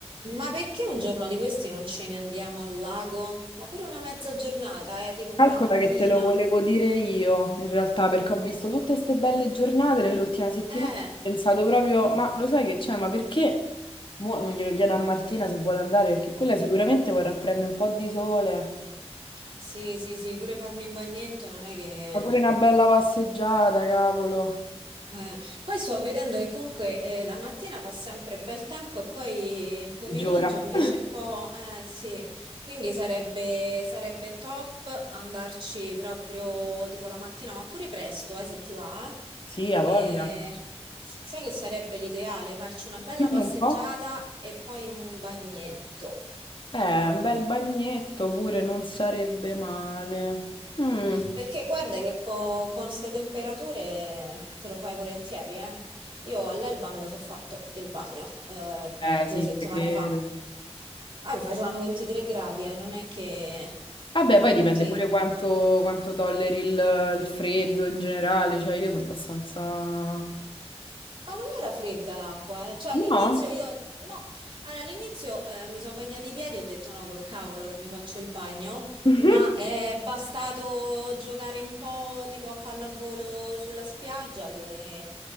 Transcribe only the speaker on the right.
Ma perché un giorno di questi non ce ne andiamo al lago? Ma pure una mezza giornata, eh, tipo
la mattina.
Eh,
sì, sì, sì, pure farmi un bagnetto non è che
Eh, poi sto vedendo che comunque eh, la mattina fa sempre bel tempo e poi il pomeriggio
invece
è un po'... Eh, sì, quindi sarebbe, sarebbe top andarci proprio tipo la mattina, ma pure presto, eh, se ti va.
E
sai che sarebbe l'ideale? Farci una bella
passeggiata
e poi un bagnetto.
Perché guarda che co- con queste temperature te lo fai volentieri, eh. Io all'Elba me lo so fatto il bagno eh,
due
settimane
fa. Ah, mi facevano 23 gradi, eh, non è che
non
ti...
Ma non era fredda l'acqua, eh? Cioè all'inizio
io, no, allora, all'inizio eh, mi sono bagnati i piedi e ho detto no, col cavolo che mi faccio il bagno,
ma è bastato giocare un po' tipo a pallavolo sulla spiaggia che,